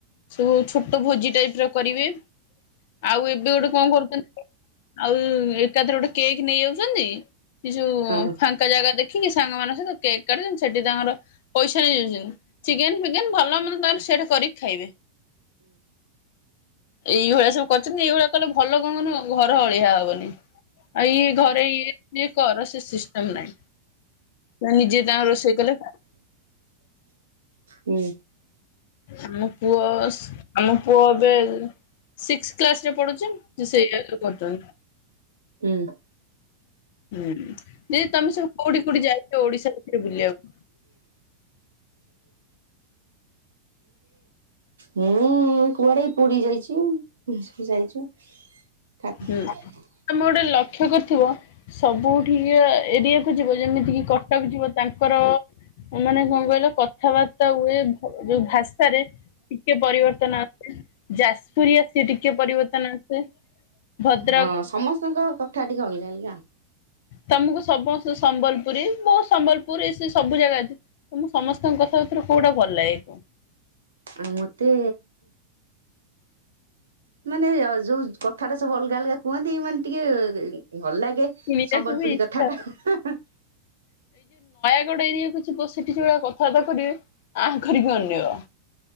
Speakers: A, on the left; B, on the right.
A: ସବୁ ଛୋଟ ଭୋଜି ଟାଇପର କରିବେ ଆଉ ଏବେ ଗୋଟେ କଣ କରୁଛନ୍ତି। ଆଉ ଏକାଥରେ ଗୋଟେ କେକ୍ ନେଇ ଯାଉଛନ୍ତି ସେ ଯୋଉ
B: ହଁ।
A: ଫାଙ୍କା ଜାଗା ଦେଖିକି ସାଙ୍ଗ ମାନଙ୍କ ସହିତ କେକ୍ କାଟୁଛନ୍ତି ସେଠି ତାଙ୍କର ପଇସା ନେଇଯାଉଛନ୍ତି ଚିକେନ ଫିକେନ ଭଲ ମନ୍ଦ ତାଙ୍କର ସେଠି କରିକି ଖାଇବେ। ଏଇଭଳିଆ ସବୁ କରିଛନ୍ତି ଏଇଭଳିଆ କଲେ ଭଲ କଣ କହୁନ ଘର ଅଳିଆ ହବନି। ଆଇ ଇଏ ଘରେ ଇଏ ଫିଏ କର ସେ ସିଷ୍ଟମ ନାହିଁ। ନା ନିଜେ ତାଙ୍କ ରୋଷେଇ କଲେ
B: ହୁଁ।
A: ଆମ ପୁଅ ଆମ ପୁଅ ଏବେ ସିକ୍ସ କ୍ଲାସ ଯିଏ ପଡୁଛି ସେଇ କରୁଛନ୍ତି।
B: ହୁଁ।
A: ହୁଁ। ଯେ ତମେ ସବୁ କୋଉଠି କୋଉଠି ଯାଇଛ ଓଡିଶା ଭିତରେ ବୁଲିବାକୁ?
B: ହୁଁ କୁଆଡେ ପୁରୀ ଯାଇଛି ଉଁ ଯାଇଛି। ସବୁ ଆଜ୍ଞା।
A: ହୁଁ। ତମେ ଗୋଟେ ଲକ୍ଷ୍ୟ କରିଥିବ ସବୁଠି ଏରିଆକୁୁ ଯିବ ଯେମିତି କିି କଟକ ଯିବ ତାଙ୍କର ମାନେ କଣ କହିଲ? କଥାବାର୍ତ୍ତା ହୁଏ ଯୋଉ ଭାଷାରେ ଟିକେ ପରିବର୍ତ୍ତନ ଆସେ ଜାସ ସୂର୍ଆ ସିଏ ଟିକେ ପରିବର୍ତ୍ତନ ଆସେ। ଭଦ୍ରକ
B: ହଁ ସମସ୍ତଙ୍କ କଥା ଟିକେ ଅଲଗା ଅଲଗା।
A: ତମକୁ ସମସ୍ତ ସମ୍ବଲପୁରୀ ବହୁ ସମ୍ବଲପୁର ଏ ସେ ସବୁ ଜାଗା ଅଛି ତମ ସମସ୍ତଙ୍କ କଥାବାର୍ତ୍ତା ରୁ କୋଉଟା ଭଲ ଲାଗେ।
B: ଆଉ ମତେ ମାନେ ଯୋଉ କଥାଟା ସବୁ ଅଲଗା ଅଲଗା କୁହନ୍ତି ମାନେ ଟିକେ ଏଁ ଭଲ ଲାଗେ
A: କିଣିବାକୁ
B: ସମ୍ବଲପୁରୀ
A: ବି ଇଚ୍ଛା
B: କଥାଟା
A: ହବ
B: ହା ହା।
A: କିଛି ଗୋଟେ ଏରିଆ କିଛି ପଶି କିଛି ଗୋଟେ କଥାବାର୍ତ୍ତା କରିବେ ଆଁ କରିକି ଅନେଇବା।